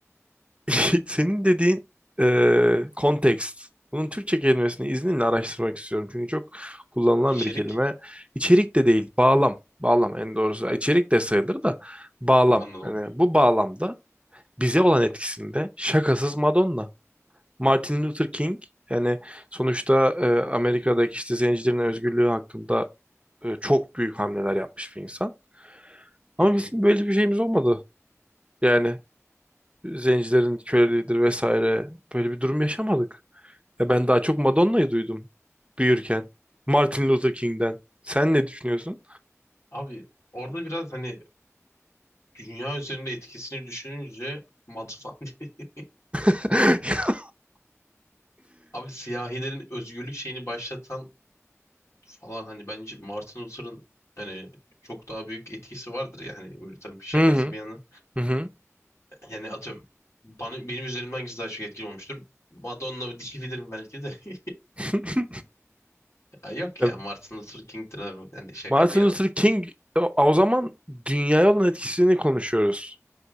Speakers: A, on the right; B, on the left.
A: <laughs> senin dediğin eee kontekst. Bunun Türkçe kelimesini izninle araştırmak istiyorum. Çünkü çok kullanılan
B: içerik
A: bir kelime. İçerik de değil, bağlam. Bağlam en doğrusu. İçerik de sayılır da bağlam.
B: anladım.
A: Hani bu bağlamda bize olan etkisinde şakasız Madonna. Martin Luther King yani sonuçta e, Amerika'daki işte zencilerin özgürlüğü hakkında e, çok büyük hamleler yapmış bir insan.
B: Hı
A: Ama
B: hı.
A: bizim böyle bir şeyimiz olmadı. Yani zencilerin köleliğidir vesaire böyle bir durum yaşamadık. Ya ben daha çok Madonna'yı duydum büyürken. Martin Luther King'den. Sen ne düşünüyorsun?
B: Abi orada biraz hani dünya üzerinde etkisini düşününce Madfan <laughs>
A: <clears throat> <laughs>
B: Abi siyahilerin özgürlük şeyini başlatan falan hani bence Martin Luther'ın hani çok daha büyük etkisi vardır yani böyle tabii şakası
A: Hı hı.
B: bir yana.
A: Hı hı.
B: Yani atıyorum bana, benim üzerimden hangisi daha çok etkili olmuştur? Madonna diyebilirim belki de. <laughs>
A: <laughs>
B: Ya yok
A: Ya
B: ya Martin Luther King'tir abi. Yani şaka
A: Martin
B: bir yana.
A: Luther King o, o zaman dünyaya olan etkisini konuşuyoruz.